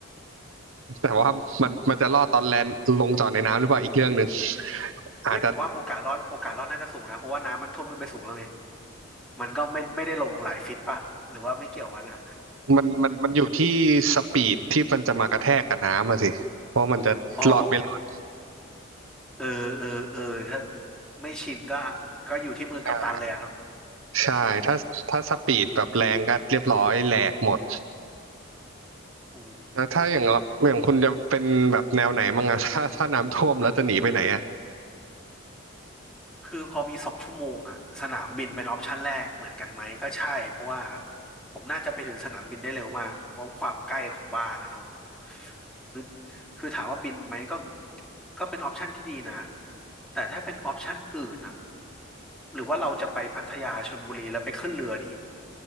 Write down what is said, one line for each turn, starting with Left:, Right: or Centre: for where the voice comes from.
Right: แต่ว่ามันมันจะรอดตอนแลนด์ลงจอดในน้ำหรือเปล่าอีกเรื่องหนึ่งอาจจะ
Centre: เฮ้ยผมว่าโอกาสรอดโอกาสรอดน่าจะสูงนะเพราะว่าน้ำมันท่วมขึ้นไปสูงแล้วไงมันก็ไม่ไม่ได้ลงหลายฟิตป่ะหรือว่าไม่เกี่ยวกันนะ
Right: มันมันมันอยู่ที่สปีดที่มันจะมากระแทกกับน้ำอะสิว่ามันจะหลอดไม่หลอด
Centre: <laughs> อ๋อเออเออเออถ้าไม่ชินก็ก็อยู่ที่มือกัปตันเลยอะเนาะ
Right: อ่าใช่ถ้าถ้าสปีดแบบแรงก็เรียบร้อยแหลกหมด
Centre: อืม
Right: แล้วถ้าอย่างเราอย่างคุณจะเป็นแบบแนวไหนบ้างอะ <laughs> ถ้าถ้าน้ำท่วมแล้วจะหนีไปไหนอะ
Centre: คือพอมีสองชั่วโมงอะสนามบินเป็นออปชั่นแรกเหมือนกันไหมก็ใช่เพราะว่าผมน่าจะไปถึงสนามบินได้เร็วมากเพราะความใกล้ของบ้านนะเนาะหรือคือถามว่าบินไหมก็ก็เป็นออปชั่นที่ดีนะแต่ถ้าเป็นออปชั่นอื่นอะ หรือว่าเราจะไปพัทยาชลบุรีแล้วไปขึ้นเรือดี